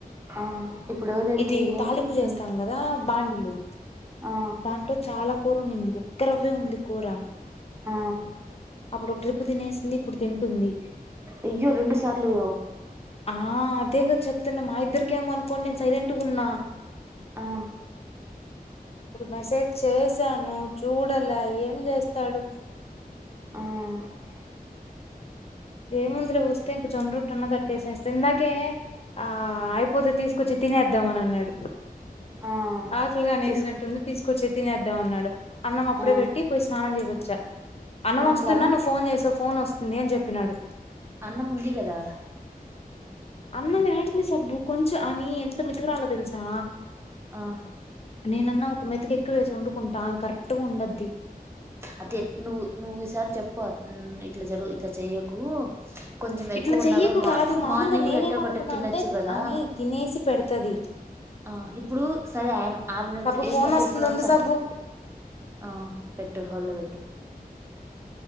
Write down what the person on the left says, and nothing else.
ఇది
తాలింపు చేస్తాం
కదా బండిలో
దాంట్లో చాలా కూర నింది ఒక్క రవ్వే ఉంది కూర
అప్పుడు ఒక ట్రిప్పు తినేసింది ఇప్పుడు తింటుంది
ఆ అదేగా చెప్తున్న మా ఇద్దరికేమో అనుకోని నేను సైలెంట్గా ఉన్నా
ఇప్పుడు మెసేజ్ చేసాను చూడలే ఏం చేస్తాడు
ఏ ముందులో వస్తే ఇంక జొన్న రొట్టనా తట్టేసేస్తే ఇందాకే ఆ అయిపోతే తీసుకొచ్చి తినేద్దామని అన్నాడు
ఆకలిగా అనేేసినట్టుంది
తీసి కూచి తినేద్దాం అన్నాడు అన్నం అప్పుడే
పెట్టి పోయి స్నానం చేసేంద్ చ అన్న
వంచుతున్నా
నువ్వు ఫోన్ చేసావు ఫోన్ వస్ నేన్ చెప్ చెప్పినాడు
అన్నం యాడికి సబ్బు కొంచెం అవి ఎంత మెతుకురాలో తెలుసా
నేనన్నా ఒక మెతుకు ఎక్కువ వేసి వండుకుంటా అమే కరెక్ట్ గా ఉండద్ది
ఇట్లా చెయ్యకు
కాదు మామూలుగా
నేనేమనుకున్నా
అంటే
ఆమె తినేసి పెడతది
సబ్బు
ఫోన్ వస్తుంది
ఉండు
సబ్బు